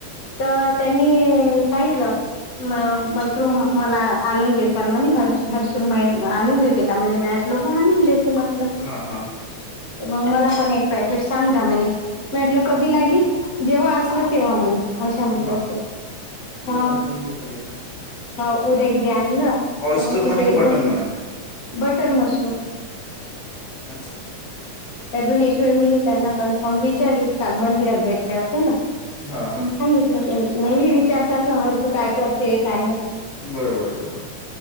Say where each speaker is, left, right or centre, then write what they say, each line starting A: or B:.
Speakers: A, on the left; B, on the left.
A: तर त्यांनी सांगितलं. मग मशरूम मला आणून देसाल म्हणे, हर्ष-हर्ष म आणून देते का म्हणे मा लघु आणून देते म्हटलं. तर
B: हा हा.
A: मग मला पण एक पॅकेट सांग दामिनी, मी म्हटलं कधी
B: देऊन
A: लागेल?
B: दे
A: जेव्हा असल तेव्हा म्हणे. अशा म्हटल्या
B: हा हा,
A: ते हा
B: बघ देऊन तू कधी पण.
A: हो उद्या क ते आणलं
B: ऑइस्टर
A: तर मग
B: म्हणे
A: तिकडे
B: की
A: एक
B: बटन
A: दोन
B: म्हणे.
A: Butter mushroom.
B: अच्छा
A: ते अजून एकखेळ मी त्यांना कन्फर्म विचारीत काल मंदिरात भेटले होत्या ना.
B: हा हा
A: सांगितलं नेहमी विचारतात ना हर्ष काय करते काय नही.
B: बरोबर बरोबर.